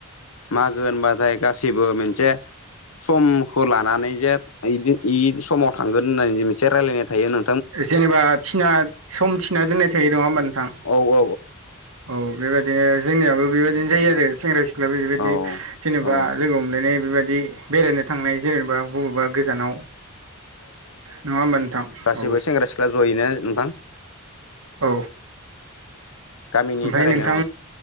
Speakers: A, on the left (about 80°); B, on the right (about 75°).
A: मागो होनबाथाय गासिबो मोनसे समखौ लानानै जे इदि इ समाव थांगोन होननानै जे मोनसे रायलायनाय थायो नो
B: जेनेबा थिना सम थिना दोननाय थायो नङा होमबा नोंथां?
A: औ औ
B: औ बेबादिनो जोंनियाबो बेबादिनो जायो आरो सेंग्रा सिख लायाबो बेबायदि
A: औ
B: जेनेबा
A: औ
B: लोगो हमलायनाय बेबादि बेरायनो थांनाय जेनेबा बबेबा गोजानाव नङा होमबा नोंथां? औ
A: जेबो सेंग्रा सिख्ला जयैनो नोंथां।
B: औ
A: गामिनिफ्रायनो
B: ओमफाय नोंथां